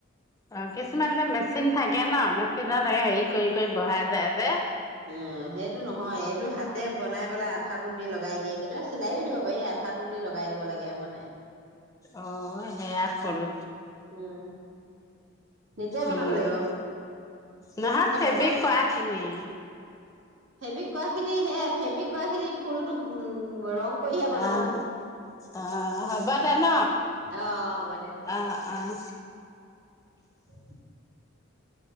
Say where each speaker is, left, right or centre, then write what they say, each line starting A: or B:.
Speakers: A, on the left (about 15°); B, on the right (about 65°).
A: অ', কিছুমান যে, মেচিন থাকে ন? মেচিনত হেৰি কৰি, কৰি বহাই যায় যে।
B: অ', সেইটো নহয় এইটো হাতে বনাই পেলাই আঠাটো দি লগাই দিয়ে কেতিয়াবা চিলাইও দিব পাৰি আঠাটো দি লগাই দিব লাগে বনাই।
A: অঁ সেয়াত থলো
B: উম নিজে বনাব
A: উম,
B: লাগিব
A: নহয়
B: তই
A: ফেবিক
B: ফুল
A: কআখিনি
B: ফেব্ৰিক কৰা খিনি সে ফেব্ৰিক কৰা খিনি ফুলতো উ ৰং কৰিহে বনাও
A: অহ, অহ, হ'ব দে ন?
B: অ হ'ব
A: অহ, অহ।
B: উ